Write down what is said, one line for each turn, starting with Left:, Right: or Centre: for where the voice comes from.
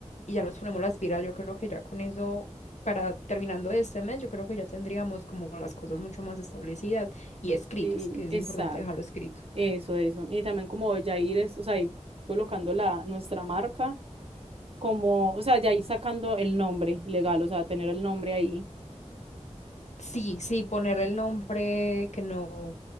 Left: Y ya nos ponemos las pilas. Yo creo que ya con eso, para terminando este mes, yo creo que ya tendríamos como las cosas mucho más establecidas y escritas,
Right: Sí,
Left: que es
Right: exacto.
Left: importante dejarlo escrito.
Right: Eso, eso. Y también como ya ir, es, o sea, ir colocando la, nuestra marca, como, o sea, ya ir sacando el nombre legal, o sea, tener el nombre ahí.
Left: Sí, sí, poner el nombre, que no,